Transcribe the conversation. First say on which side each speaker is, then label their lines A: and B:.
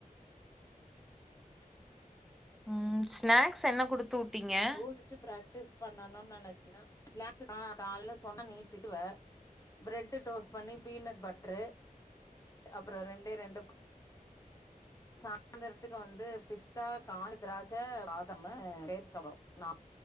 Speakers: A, in the centre; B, on the left (about 20°).
A: ம் ஸ்நாக்ஸ் என்ன குடுத்து வுட்டீங்க?
B: யோசிச்சு பிராக்டிஸ் பண்ணணும் நென சுன்னா காலல சொன்ன நீ திட்டுவ பிரெட் ரோஸ்ட்‌ பண்ணி பீனட் பட்டரு அப்புறம் ரெண்டே ரெண்டு சாயந்தரத்துக்கு வந்து பிஸ்தா கா ராக வாதம் வேர் சொளபம் நான்